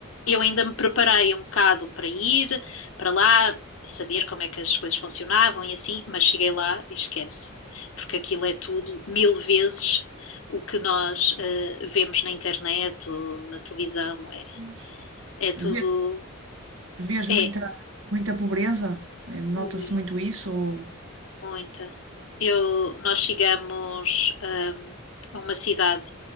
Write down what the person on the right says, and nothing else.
Pois.
Vê, vês muita,
muita pobreza? Eh, Nota-se
muito isso? Ou...